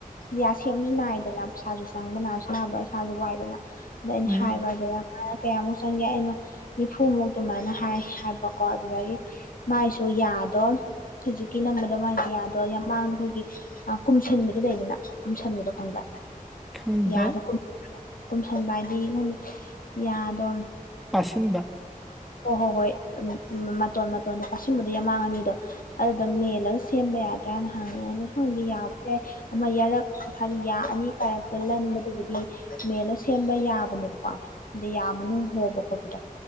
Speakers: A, on the left; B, in the centre.
A: ꯌꯥ ꯁꯦꯝꯕꯅꯤ ꯅꯥꯏꯗꯅ ꯄꯩꯥꯁꯥꯖꯨ ꯆꯪꯕ ꯅꯥꯁꯨ ꯅꯥꯕ ꯏꯁꯥꯁꯨ ꯋꯥꯏꯗꯅ ꯑꯗ ꯑꯩꯅ
B: ꯎꯝ
A: ꯍꯥꯏꯕ ꯑꯗꯨꯗ ꯃꯥꯅ ꯀꯌꯥꯃꯨꯛ ꯆꯪꯒꯦ ꯑꯩꯅ ꯅꯤꯐꯨꯃꯨꯛ ꯑꯗꯨꯃꯥꯏꯅ ꯍꯥꯏ ꯍꯥꯏꯕꯀꯣ ꯑꯗꯨꯗꯒꯤ ꯃꯥꯏꯁꯨ ꯌꯥꯗꯣ ꯍꯧꯖꯤꯛꯀꯤ ꯅꯝꯕꯗꯣ ꯃꯥꯏꯗꯤ ꯌꯥꯗꯣ ꯌꯥꯝꯃꯥꯡꯗ ꯑꯩꯈꯣꯏꯒꯤ ꯀꯨꯝꯁꯤꯟꯕꯤꯗꯨ ꯂꯩꯗꯅ ꯀꯨꯝꯁꯟꯕꯗꯣ ꯈꯪꯕ꯭ꯔꯥ
B: ꯈꯪꯗꯦ
A: ꯌꯥꯗꯣ ꯀꯨꯝ ꯀꯨꯝꯁꯟꯕ ꯍꯥꯏꯗꯤ ꯈꯟꯗꯦ ꯌꯥꯗꯣ
B: ꯑꯁꯤꯟꯕ
A: ꯍꯣ ꯍꯣ ꯍꯣꯏ ꯎꯝ ꯎꯝ ꯃꯇꯣꯟ ꯃꯇꯣꯟꯗꯣ ꯄꯥꯁꯟꯕꯗꯨ ꯌꯥꯃꯥꯡ ꯑꯅꯤꯗꯣ ꯑꯩ ꯑꯗꯨꯝ ꯃꯦꯜꯂꯒ ꯁꯦꯝꯕ ꯌꯥꯗ꯭ꯔꯥꯅ ꯍꯪꯉꯦ ꯑꯗ ꯈꯪꯗꯤ ꯌꯥꯕ ꯌꯥꯢ ꯑꯃ ꯌꯥꯔꯛ ꯍꯥꯢꯗꯤ ꯌꯥ ꯑꯅꯤ ꯀꯥꯔꯛꯇ ꯂꯟꯕꯗꯨꯕꯨꯗꯤ ꯃꯦꯜꯂ ꯁꯦꯝꯕ ꯌꯥꯕꯅꯦꯕꯀꯣ ꯑꯗꯩ ꯌꯥꯝ ꯃꯅꯨꯡ ꯍꯣꯕ ꯈꯣꯠꯄꯗꯣ